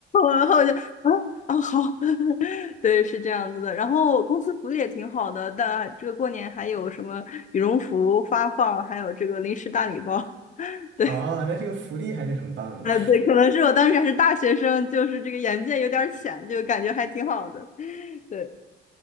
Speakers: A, on the left (about 40°); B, on the right (about 65°).
A: 然后我就啊啊好，<laughs> 对，是这样子的。然后公司福利也挺好的，但这个过年还有什么羽绒服发放，还有这个零食大礼包。<laughs> 对，
B: 哦，那这个福利还是很棒的，
A: 啊对，可能是我当时还是大学生，就是这个眼界有点儿浅，就感觉还挺好的。<laughs> 对。